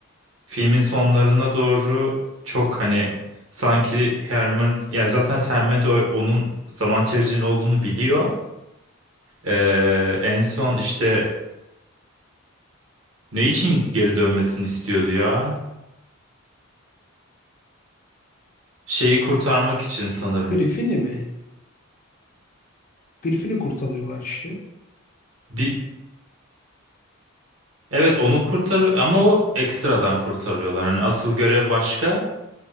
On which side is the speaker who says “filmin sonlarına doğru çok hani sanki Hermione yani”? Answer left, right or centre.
Right